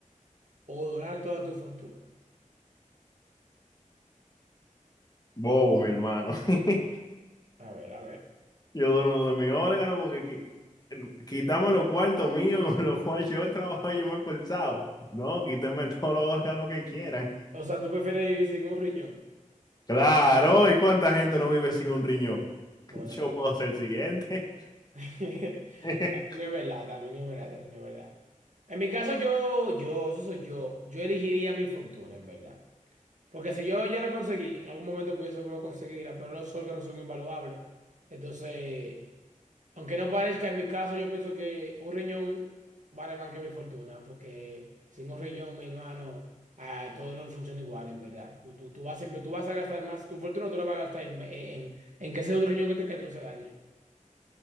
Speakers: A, on the right; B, on the left.
A: o donar toda tu fortuna.
B: Bobo, mi hermano. <laughs>
A: A ver, a ver.
B: Yo dono de mi órgano porque qui- quitame los cuartos míos <laughs> con los cuales yo he trabajado y yo me he esforzado. No, quítame todos los órganos que quieran.
A: O sea, ¿tú prefieres vivir sin un riñón?
B: Claro, ¿y cuánta gente no vive sin un riñón? <laughs>
A: Bueno,
B: Yo
A: también.
B: puedo ser el siguiente.
A: <laughs> También
B: <laughs>
A: es verdad, también es verdad, también es verdad. En mi caso, yo, yo, eso soy yo, yo elegiría mi fortuna, en verdad. Porque si yo ya la conseguí, en algún momento pudiese volver a conseguirla, pero los órganos son invaluables. Entonces, aunque no parezca, en mi caso, yo pienso que un riñón vale más que mi fortuna, porque sin un riñón, mi hermano, ah, todo no funciona igual, en verdad. Tú, tú, tú vas siempre, tú vas a gastar más, tu fortuna tú la vas a gastar en, en, en que ese otro riñón que te quede no se dañe.